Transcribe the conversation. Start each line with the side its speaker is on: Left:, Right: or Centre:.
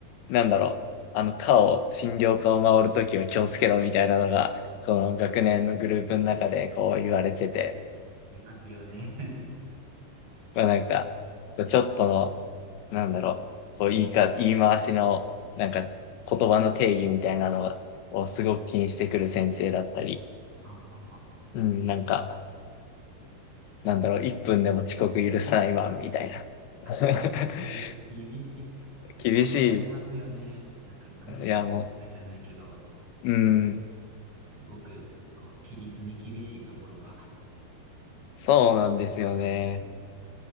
Left: なんだろう、あの、科を、診療科を回るときは気をつけろみたいなのが、その学年のグループの中でこう言われてて、
Right: いますよね。<laughs>
Left: まあなんか、ちょっとの、なんだろう、こう言いか、言い回しの、なんか、言葉の定義みたいなのをすごく気にしてくる先生だったり、
Right: あ、あ、あ、
Left: うん、なんか、なんだろう、1分でも遅刻許さないマンみたいな。
Right: あ
Left: <laughs>
Right: うー厳しい。でも病院ってありますよね。
Left: 厳しい。
Right: なんか軍、
Left: いや、
Right: 軍隊じゃないけど、
Left: もう、うん、
Right: すごく、こう、規律に厳しいところが、<laughs>
Left: そうなんですよね。
Right: そういますよね。